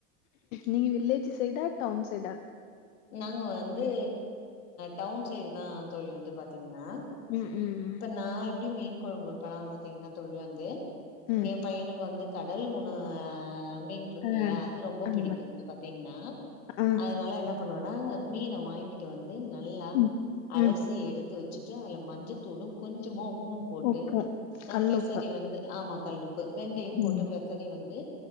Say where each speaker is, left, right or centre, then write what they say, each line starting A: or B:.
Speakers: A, on the left (about 60°); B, on the left (about 80°).
A: நீங்க வில்லேஜ் சைடா டவுன் சைடா
B: நாங்க வந்து டவுன் அ சைடு தா தோழி வந்து பாத்தீங்னா
A: உம் ம் உம்
B: நா எப்டி மீன் கொழம்பு வப்பனா பாத்தீங்னா தோழி வந்து
A: ம்
B: ஏ பையனுக்கு வந்து கடல் உண அஅஅம் <unintelligible> இருக்கு
A: ஆ
B: இல்லையா அது ரொம்ப
A: ஆமா
B: பிடிக்கு ந்து பாத்தீங்னா
A: ஆ
B: அதனால என்னப் பன்னுவனா மீனை வாங்கிட்டு வந்து நல்லா
A: ம்
B: அலசி
A: ம்
B: எடுத் து வச்சிட்டு அது மஞ்சத்தூளு கொஞ்சமா உப் பு போட்டு
A: உப்பும்.
B: அ
A: கல்
B: பெசரி
A: உப்பு கல்லுப்பு
B: வந்து ஆமா கல்லுப்பு ரெண்டையு போட்டு
A: ம்
B: பெ சரி வந்து